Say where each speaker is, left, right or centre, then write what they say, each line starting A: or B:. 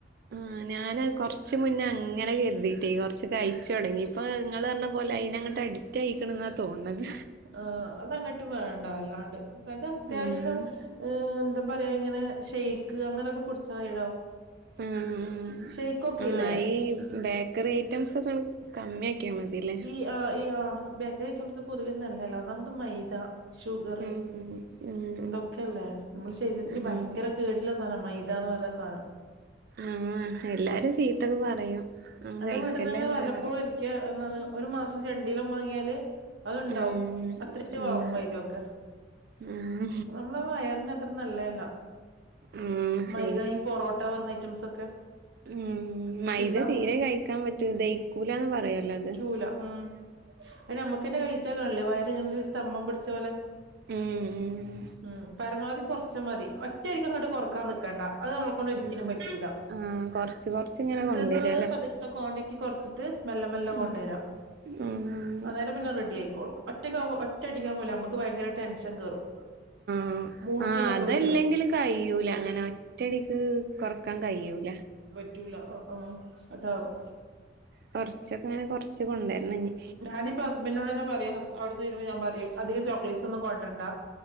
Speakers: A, on the right (about 55°); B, on the right (about 70°).
A: ആഹ് ഞാന് കൊർച്ച് മുന്നേ അങ്ങനെ കർതീട്ടേ കൊർച്ച് കഴിച്ചു തൊട്ങ്ങി ഇപ്പൊ നിങ്ങള് പർഞ്ഞ പോലെ അയ്ന അങ്ങട്ട് അടി റ്റായിക്ക്ണ്ന്നാ തോന്ന്ണത്
B: ആഹ് അതങ്ങട്ട് വേണ്ട അല്ലാണ്ട് കച്ച അത്യാവശ്യം
A: ഉം
B: ഏഹ് എന്താ പറയാ ഇങ്ങനെ ശൈ ക്ക് അങ്ങനൊക്കെ കുടിച്ചാതിടോ
A: ഉം
B: ഷെയ്ക്കൊക്കേല്ലേ
A: ആഹ് ഈ ബാ ക്കറി ഐറ്റംസ് ഒക്കെ കമ്മിയ ആക്കിയാൽ മതില്ലേ?
B: ഈ ആഹ് ഈ ആഹ് ബേക്കറി ഐറ്റംസ് പൊതുവേ നല്ലല്ലോ. ഒന്നാമത് മൈദ ഷുഗറ്
A: ഉം ഉം
B: ഇതൊക്കെ അല്ലേ? മ്മളെ ശരീരത്തിന്
A: ഉം ഉം
B: ഭയങ്കര കേടുള്ള സാധനാ മൈദ എന്ന് പറഞ്ഞ സാധനം
A: ഉം എല്ലാരും ചീത്തൊക്കെ പറയും ഒന്നും
B: എന്റെ
A: കഴിക്കല്ലേന്നൊക്കെ
B: വീട്ട്ന്ന്ന്നെ വല്ലപ്പോഴും
A: പറയും
B: ഒരിക്ക എന്നാണ് ഒരു മാസം രണ്ടിലോം വാങ്ങിയാല് അത്ണ്ടാവും
A: ഉം
B: അത്രേ
A: ഉം
B: വാങ്ങും വൈദ്യൊക്കെ
A: ഉം
B: നമ്മള വയറിന് അത്ര നല്ലയല്ല
A: ഉം
B: മൈദ
A: ശരിയാണ്
B: ഈ പൊറോട്ട പറന്ന ഐറ്റംസ് ഒക്കെ
A: ഉം മൈദ
B: തിന്നാ
A: തീരെ കഴിക്കാൻ പറ്റൂല. ദയിക്കൂലാന്ന് പറയൂലോ അത്.
B: ക്കൂല. ഉം. അത് നമ്മക്കന്നെ കഴിച്ചാ കാണ്ല്ലേ വയറിങ്ങനെ ഒരു സ്തംഭം പിടിച്ച പോലെ
A: ഉം ഉം
B: ഉം പരമാവധി കൊറച്ച മതി ഒറ്റടിക്ക് അങ്ങട്ട് കൊറക്കാൻ നിക്കണ്ടാ അത് നമ്മളെ കൊണ്ടൊരിക്കലും
A: ആഹ്
B: പറ്റൂല.
A: ആഹ് കൊറച്ച് കൊറച്ച്ങ്ങനെ കൊണ്ടരല്ലേ
B: തിന്നുന്നത് പതുക്കെ ക്വാണ്ടിറ്റി കൊറച്ചിട്ട് മെല്ലെ മെല്ല
A: ഉം
B: കൊണ്ടേരാ
A: ഉം
B: അന്നേരം പിന്നെ റെഡി ആയിക്കോളും. ഒറ്റക്കാവുമ്പോ ഒറ്റടിക്കാവുമ്പോ ഇല്ലേ അമ്മക്ക് ഭയങ്കര ടെൻഷൻ കേറും
A: ഉം
B: മൂഡ്സീനൊക്കെ
A: ആഹ് അതല്ലെങ്കിലും
B: വരും
A: കയ്യൂല. അങ്ങനെ ഒറ്റടിക്ക് കൊറക്കാൻ കയ്യൂല.
B: റ്റൂല്ല ഓഹ് ഓഹ് അതാവും
A: കൊറച്ചൊക്കെങ്ങനെ കൊറച്ച് കൊണ്ടരണം ഇഞ്ഞി
B: ഞാനിപ്പ ഹസ്ബന്റിനോടന്നേ പറയും. ഹസ് അവിടുന്ന് വരുമ്പോ ഞാൻ പറയും. അധികം ചോക്ലേറ്റ്സ് ഒന്നും കൊണ്ടരണ്ട.